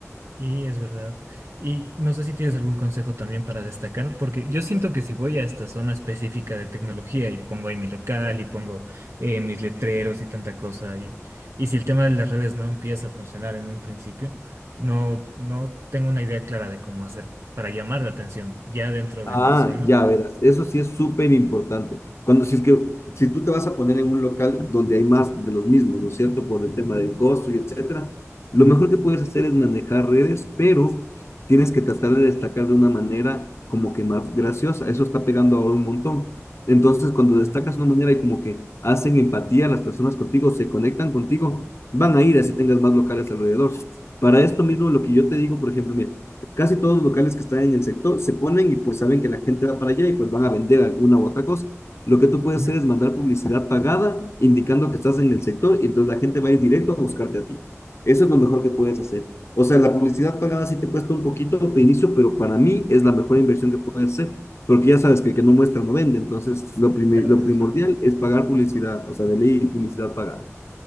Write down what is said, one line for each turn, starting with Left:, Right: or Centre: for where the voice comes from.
Right: Y es verdad. Y no sé si tienes algún consejo también para destacar, porque yo siento que si voy a esta zona específica de tecnología y pongo ahí mi local y pongo eh, mis letreros y tanta cosa, y, y si el tema de las redes no empieza a funcionar en un principio, no, no tengo una idea clara de cómo hacer para llamar la atención ya dentro
Left: Ah,
Right: de la zona.
Left: ya verás, eso sí es súper importante. Cuando si es que si tú te vas a poner en un local donde hay más de los mismos, ¿no es cierto? Por el tema del costo y etcétera, lo
Right: Ujú.
Left: mejor que puedes hacer es manejar redes, pero tienes que tratar de destacar de una manera como que más graciosa. Eso está pegando ahora un montón. Entonces, cuando
Right: Ah,
Left: destacas de una manera y como que hacen empatía las personas contigo, se conectan contigo, van a ir así tengas más locales alrededor. Para esto mismo, lo que yo te digo, por ejemplo, mira, Casi todos los locales que están en el sector se ponen y pues saben que la gente va para allá y pues van a vender alguna u otra cosa. Lo que tú puedes
Right: ujú.
Left: hacer es mandar publicidad pagada indicando que estás en el sector y entonces la gente va a ir directo a buscarte a ti. Eso es lo mejor que puedes hacer. O sea, la publicidad pagada sí te cuesta un poquito de inicio, pero para mí es la mejor inversión que puedes hacer, porque ya sabes que el que no muestra no vende. Entonces, lo, prim
Right: Claro,
Left: lo
Right: eso es
Left: primordial
Right: verdad.
Left: es pagar publicidad, o sea, de ley publicidad pagada.